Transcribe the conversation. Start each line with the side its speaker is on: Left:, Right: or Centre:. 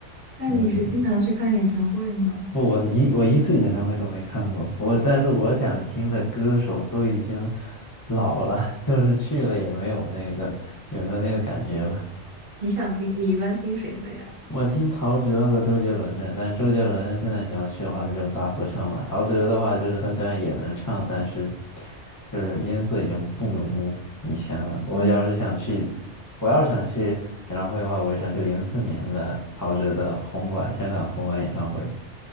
Right: 那你是经常去看演唱会吗？
Left: 嗯，不，我一我一次演唱会都没看过，我但是我想听的歌手都已经老了，<laughs> 就是去了也没有那个也没有那个感觉了。
Right: 你想听，你一般听谁的呀？
Left: 我听陶喆和周杰伦的，但是周杰伦现在你要去的话，那就是大合唱了。陶喆的话，就是他虽然也能唱，但是就是音色已经不如以前了。我要是想去，
Right: 嗯，
Left: 我要是想去演唱会的话，我是想去零四年的陶喆的红馆，香港红馆演唱会。